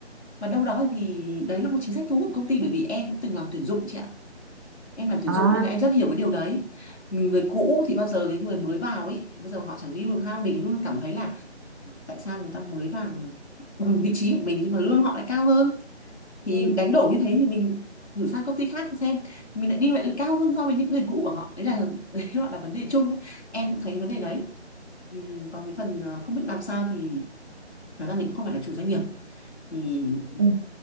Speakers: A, on the left (about 70°); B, on the right (about 20°).
A: và đâu đó thì đấy là một chính sách thu hút của công ty bởi vì em cũng từng làm tuyển dụng chị ạ em làm tuyển
B: À,
A: dụng nên là em rất hiểu cái điều đấy mình người cũ thì bao giờ cái người mới vào ấy thì bao giờ họ chẳng điêu được ha mình luôn cảm thấy là ừ, tại sao người ta mới vào bằng vị trí của mình nhưng mà lương họ lại cao hơn thì
B: ừ.
A: đánh đổi như thế thì mình thử sang công ty khác xem thì mình lại đi lại là cao hơn so với những người cũ của họ đấy là <laughs> đấy gọi là vấn đề chung ấy em cũng thấy vấn đề đấy ừ, còn cái phần ờ, không biết làm sao thì thật ra mình cũng không phải là chủ doanh nghiệp thì ừ,
B: Ừ.